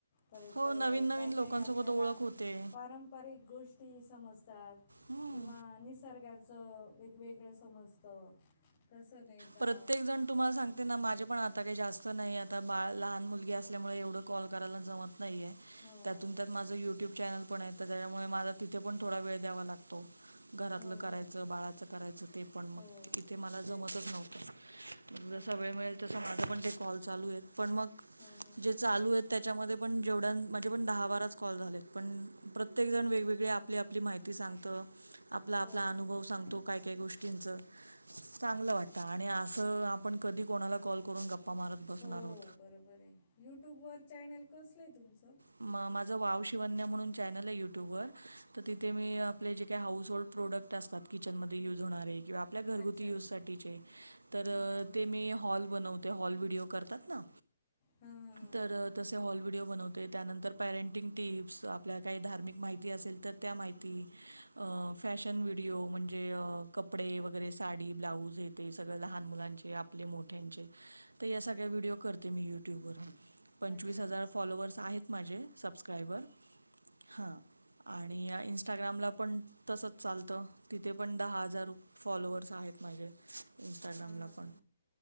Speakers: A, on the left; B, on the right.
A: परंत
B: हो नवीन नवीन
A: काय
B: लोकांसोबत
A: काय आपल्याला
B: ओळख होते
A: परंपा पारिक गोष्टी समजतात
B: हम्म
A: किंवा निसर्गाचं वेगवेगळं समजत कसं नाही का
B: प्रत्येकजण तुम्हाला सांगते ना माझे पण आता काही जास्त नाही आता बाळ लहान मुलगी असल्यामुळे एवढं कॉल करायला जमत नाहीए,
A: हो
B: त्यातून त्यात माझं युट्यूब चॅनल पण आहे, त्याच्यामुळे मला तिथे पण थोडा वेळ द्यावा लागतो घरातलं
A: हो
B: करायचं,
A: हो
B: बाळाचं करायचं ते पण
A: हो
B: मग इथे मला
A: तेच
B: जमतच
A: तर
B: नव्हतं.
A: हां
B: जसा
A: हां
B: वेळ मिळेल तसं माझं पण ते कॉल चालू आहेत पण मग
A: हो हो.
B: जे चालू आहेत त्याच्यामध्ये पण जेवढ्या माझे पण दहा बाराच कॉल झालेत पण प्रत्येकजण वेगवेगळे आप आपली आपली माहिती सांगतं, आपला
A: हो
B: आपला अनुभव सांगतो काय काय गोष्टींचं चांगलं
A: बरोबर
B: वाटतं आणि असं आपण कधी कोणाला कॉल करून गप्पा मारत बसणार
A: हो
B: आहोत.
A: बरोबर आहे. यूट्यूबवर चॅनेल कसलं आहे तुमचं?
B: म माझं वाव शिवन्या म्हणून चॅनल आहे युट्यूबवर तर तिथे मी आपले जे काही हाऊस होल्ड प्रोडक्ट असतात किचनमध्ये युज होणारे किंवा आपल्या घरगुती
A: अच्छा
B: यूजसाठीचे तर
A: हां हां हां
B: ते मी हॉल बनवते. ते हॉल व्हिडिओ करतात ना.
A: हां हां हां
B: तर तसे हॉल व्हिडिओ बनवते ते त्यानंतर पॅरेंटिंग टिप्स आपल्याला काही धार्मिक माहिती असेल तर त्या माहिती अह फॅशन व्हिडीओ म्हणजे कपडे वगैरे, साडी, ब्लाऊज हे ते सगळं लहान मुलांचे आपले मोठ्यांचे तर या सगळ्या व्हिडिओ करते मी यू ट्यूब वर. पंचवीस
A: अच्छा
B: हजार फॉलोवर्स आहेत माझे सबस्क्रायबर हां. आणि इंस्टाग्रामला पण तसच चालतं तिथे पण दहा हजार फॉलोवर्स आहेत माझे. इंस्टाग्रामला
A: हा हा
B: पण
A: हा